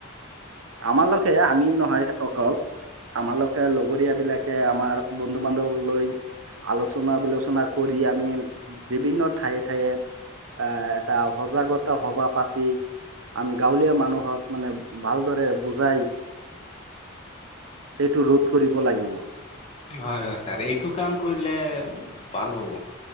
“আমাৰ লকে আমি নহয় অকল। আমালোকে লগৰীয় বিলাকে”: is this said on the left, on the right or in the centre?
Right